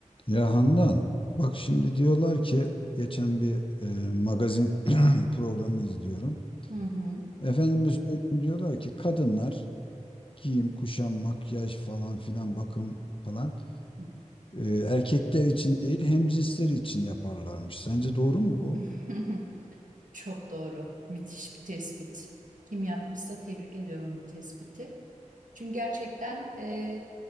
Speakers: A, on the left; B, on the right.
A: Ya Handan, bak şimdi diyorlar ki geçen bir e, magazin <clears throat> programı izliyorum.
B: Hı hı.
A: Efendime söyleyeyim diyorlar ki kadınlar giyim, kuşam, makyaj falan filan bakım falan
B: Hı.
A: e, erkekler için değil hem cinsleri için yaparlarmış. Sence doğru mu bu?
B: <laughs> Çok doğru. Müthiş bir tespit. Kim yapmışsa tebrik ediyorum bu tespiti. Çünkü gerçekten e,